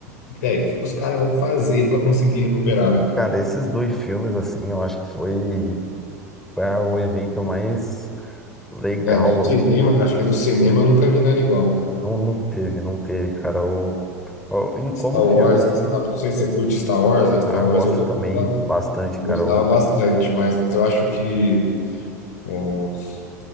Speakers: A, on the left; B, in the centre.
A: velho, o que, que os caras vão fazer para conseguir recuperar, né?
B: Cara, esses dois filmes, assim, eu acho que foi, foi a- o evento mais legal.
A: É, do cinema, acho que do cinema eu nunca vi nada igual, cara.
B: Não, não teve, não teve, cara. O, o- em- como
A: Star
B: filme,
A: Wars,
B: assim.
A: Star- não sei se você curte Star Wars, a Star
B: Ah, gosto
A: Wars eu gostava
B: também bastante, cara.
A: Gostava
B: Eu-
A: bastante, mas eu acho que os-